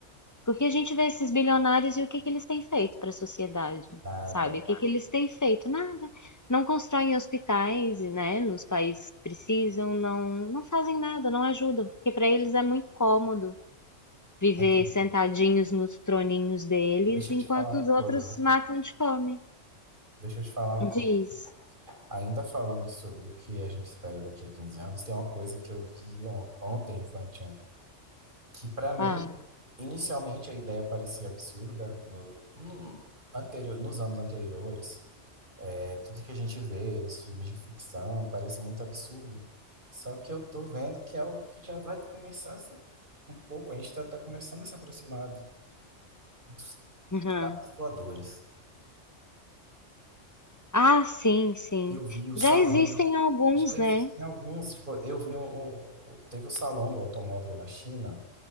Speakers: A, on the left; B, on the right.
A: porque a gente vê esses bilionários e o que que eles têm feito para a sociedade,
B: Nada.
A: sabe? O que que eles têm feito? Nada. Não constroem hospitais, né, nos países que precisam, não, não fazem nada, não ajudam, porque para eles é muito cômodo viver
B: Aqui,
A: sentadinhos nos troninhos deles,
B: deixa
A: enquanto
B: eu te falar uma
A: os
B: coisa.
A: outros matam de fome.
B: Deixa eu te falar uma
A: Diz.
B: coisa. Ainda falando sobre o que a gente espera daqui a 15 anos, tem uma coisa que eu vi on- ontem, ou foi anteontem, que para mim,
A: Ah,
B: inicialmente a ideia parecia absurda no, no- anterior, nos anos anteriores. É, tudo que a gente vê nos filmes de ficção parece muito absurdo. Só que eu tô vendo que é algo que já vai começar a ser um pouco, a gente tá, tá começando a se aproximar do- dos
A: uhum.
B: carros voadores.
A: Ah, sim, sim.
B: Eu vi o salão
A: Já existem alguns,
B: Já existem
A: né?
B: alguns, tipo, eu vi um, um- um, teve o Salão do Automóvel na China,